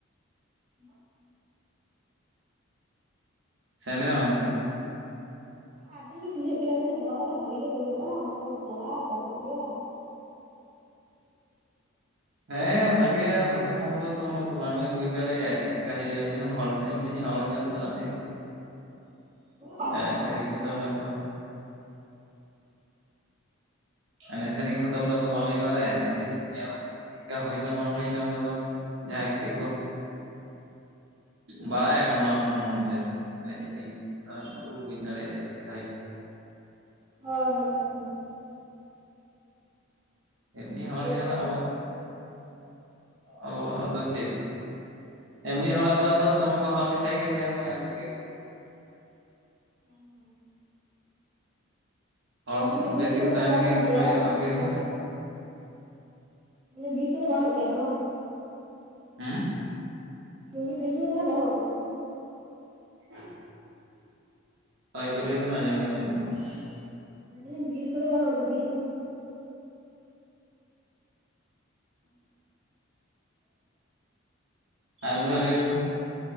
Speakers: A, on the right; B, on the right.
A: <unintelligible>
B: ᱥᱮᱱ ᱞᱮᱱᱟᱢ ᱢᱤᱫ ᱫᱷᱟᱣ᱾
A: ᱵᱟᱝ ᱟᱵᱮᱱ ᱞᱤᱧ ᱠᱩᱞᱤᱭᱮᱫ ᱵᱮᱱᱟ ᱢᱮᱱ ᱵᱚᱨᱚᱯᱟᱛᱟ ᱵᱷᱟᱜᱮ ᱜᱮ ᱦᱩᱭᱩᱜᱼᱟ ᱦᱚᱲ ᱠᱚᱧ ᱪᱟᱞᱟᱜᱼᱟ ᱡᱟᱠᱚᱜ ᱜᱮᱭᱟ?
B: ᱦᱮᱸ ᱵᱷᱟᱜᱮᱭᱟ ᱵᱷᱟᱜᱮ ᱢᱚᱱᱫᱚ ᱛᱚ ᱩᱱᱟᱹᱜ ᱫᱚ ᱵᱟᱝᱞᱤᱧ ᱵᱩᱡ ᱫᱟᱲᱮᱭᱟᱜᱼᱟ ᱪᱮᱫᱮᱠᱟ ᱦᱩᱭᱩᱜᱼᱟ, ᱤᱧᱦᱚᱸ ᱦᱚᱲ ᱧᱮᱞ ᱪᱟᱞᱟᱜ ᱦᱩᱭᱩᱜ
A: ᱩᱱᱟᱹᱜ ᱵᱟᱹᱲᱛᱤ
B: ᱮᱲᱮᱡ
A: ᱠᱚ ᱦᱚᱲᱚᱜ
B: ᱥᱮᱨᱮᱧ
A: ᱟᱛᱚ
B: ᱠᱚᱫᱚᱱᱟ
A: ᱵᱟᱝ
B: ᱛᱚ ᱮᱱᱮᱡ ᱥᱮᱨᱮᱧ ᱠᱚᱫᱚ ᱩᱱᱟᱹᱜ ᱵᱟᱝ ᱞᱤᱧ ᱵᱟᱲᱟᱭᱟ᱾ ᱪᱮᱫᱠᱟ ᱦᱩᱭᱱᱟ ᱵᱟᱝ ᱦᱩᱭᱱᱟ ᱚᱱᱟ ᱫᱚ ᱡᱟᱦᱟᱸᱭ ᱠᱟᱹᱴᱤᱡ ᱠᱚ ᱵᱟᱲᱟᱭᱟᱠᱚ ᱚᱱᱟ ᱥᱚᱢᱚᱱᱫᱷᱮ ᱟᱨᱠᱤ ᱮᱱᱮᱡ ᱥᱮᱨᱮᱧ ᱠᱚ ᱛᱟᱦᱮ ᱩᱱᱠᱩ ᱠᱚ ᱵᱩᱡ ᱫᱟᱲᱮᱭᱟᱜᱼᱟ ᱥᱤᱠᱷᱟ ᱠᱟᱱᱟ᱾
A: ᱦᱳᱭ ᱦᱳᱭ ᱦᱳᱭ ᱾
B: ᱮᱢᱱᱤ ᱦᱚᱲ
A: ᱦᱳᱭᱛᱚ
B: ᱧᱮᱞ ᱟᱵᱚ ᱟᱵᱚ ᱟᱫᱚ ᱪᱮᱫ᱾ ᱮᱢᱱᱤ ᱦᱚᱲ ᱟᱫ ᱟᱫ ᱫᱚ ᱫᱚᱢᱮ ᱠᱚ ᱦᱚᱞ ᱞᱮᱠᱷᱟᱭ ᱜᱮ ᱞᱟᱹᱭᱟᱧ ᱾
A: <unintelligible>
B: ᱦᱚᱲ
A: ᱟᱯᱮ ᱥᱮᱫ ᱵᱤᱞ
B: ᱵᱮᱥᱤ
A: ᱠᱚᱫᱚ
B: ᱠᱚ ᱛᱟᱦᱮᱸ
A: ᱵᱟᱹᱱᱩᱜ
B: ᱞᱮᱱᱠᱷᱟᱱ ᱢᱚᱱᱮ
A: ᱜᱮᱭᱟ
B: ᱦᱩᱭᱩᱜᱼᱟ
A: ᱵᱟᱝ
B: ᱵᱷᱟᱜᱮ
A: ᱥᱮ
B: ᱦᱩᱭᱱᱟ
A: ᱜᱚᱢᱠᱮ? ᱢᱟᱱᱮ ᱵᱤᱨ ᱠᱚᱫᱚ ᱵᱟᱹᱱᱩᱜ ᱜᱮᱭᱟ ᱛᱚ ᱵᱟᱝ?
B: ᱦᱮᱸ?
A: ᱢᱮᱱ ᱫᱤᱧ ᱵᱤᱨ ᱠᱚᱫᱚ ᱛᱟᱞᱮ ᱵᱟᱹᱱᱩᱜᱼᱟ ᱛᱚ?
B: <inaudible> <unintelligible>
A: ᱢᱮᱱ ᱫᱟᱞᱤᱧ ᱵᱤᱨ ᱠᱚᱫᱚ ᱵᱟᱱᱩᱜ ᱟᱛᱚ ᱵᱤᱨ ᱠᱚ?
B: ᱟᱨ ᱢᱤᱫ ᱫᱷᱟᱣ ᱞᱟᱹᱭ ᱵᱮᱱ ᱥᱮ ᱾